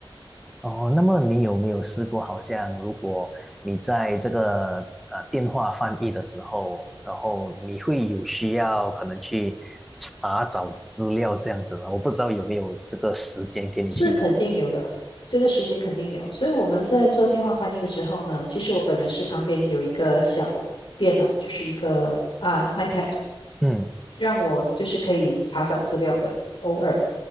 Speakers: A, in the centre; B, on the left.
A: 哦，那么你有没有试过，好像如果你在这个呃电话翻译的时候，然后你会有需要可能去查找资料这样子呢？我不知道有没有这个时间给你去。
B: 是肯定有的，这个时间肯定有。所以我们在做电话翻译的时候呢，其实我本人是旁边有一个小电脑，就是一个啊 iPad，
A: 嗯，
B: 让我就是可以查找资料的，偶尔。